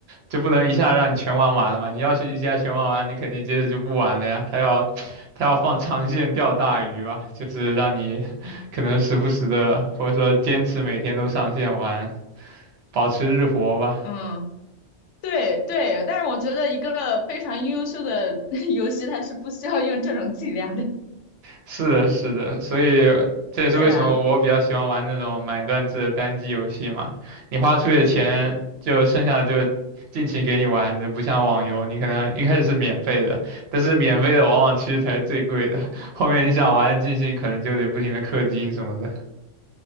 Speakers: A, on the right (about 65°); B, on the left (about 80°).
A: 就不能一下让你全玩完了嘛。你要是一下全玩完，你肯定接着就不玩了呀。他要 <tsk> 他要放长线钓大鱼吧，就是让你 <laughs> 可能时不时的，或者说坚持每天都上线玩，保持日活吧。
B: 嗯。对对，但是我觉得一个非常优秀的 <laughs> 游戏，它是不需要用这种伎俩的。<laughs>
A: 是的，是的，所以这也是为什么我比较喜欢玩那种买断制的单机游戏嘛。
B: 对呀，
A: 你花出去的钱，就剩下的就尽情给你玩的，不像网游，你可能一开始是免费的，但是免费的往往其实才是最贵的，<laughs> 后面你想玩尽兴，可能就得不停的氪金什么的，